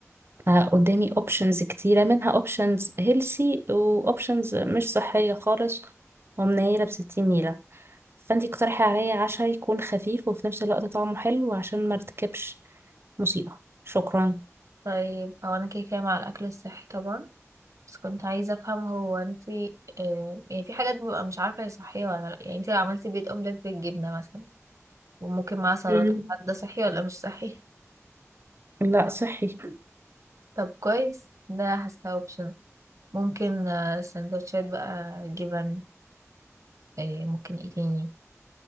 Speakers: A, on the right; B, on the right.
A: فقدامي اوبشنز كتيرة منها اوبشنز هيلسي واوبشنز مش صحية خالص ومنيلة بستين نيلة فانتي اقترحي عليا عشاء يكون خفيف وفي نفس الوقت طعمه حلو عشان ما ارتكبش مصيبة شكرا
B: طيب هو أنا كده كده مع الأكل الصحي طبعا بس كنت عايزة أفهم هو انتي آه يعني في حاجات ببقى مش عارفة هي صحية ولا لأ يعني انتي لو عملتي بيض أومليت بالجبنة مثلا وممكن معاه سلطة
A: مم.
B: هل ده صحي ولا مش صحي؟ <laughs>
A: لا صحي
B: طب كويس ده حاسة اوبشن ممكن آه، سندوتشات بقى جبن آه ممكن ايه تاني